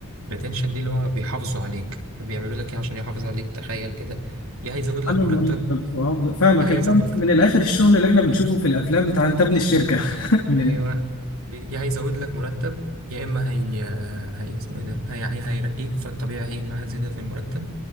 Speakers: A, on the right; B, on the left.
A: الريتنشن دي اللي هو بيحافظوا عليك بيعملوا لك ايه عشان يحافظ عليك تخيل كده يا هيزود لك
B: انا المرتب
A: مرتب
B: آه، فاهمك
A: يا هيزود
B: المهم من الاخر الشغل اللي احنا بنشوفه في الافلام بتاع انت ابن الشركه <laughs> من
A: ايوه بي- يا هيزود لك مرتب يا اما هي هي اسمه ايه ده هي هي هيرقيك فالطبيعي هيجي معاها زياده في المرتب